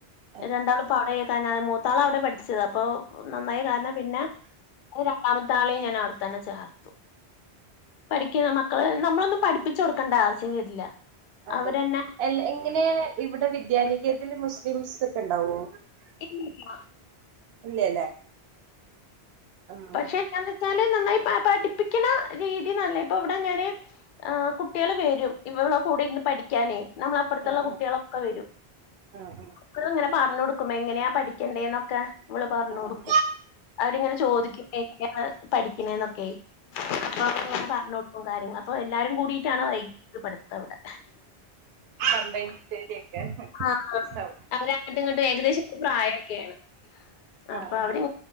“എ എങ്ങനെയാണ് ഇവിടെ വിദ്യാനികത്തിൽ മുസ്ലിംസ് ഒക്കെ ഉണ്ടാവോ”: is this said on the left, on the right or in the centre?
Right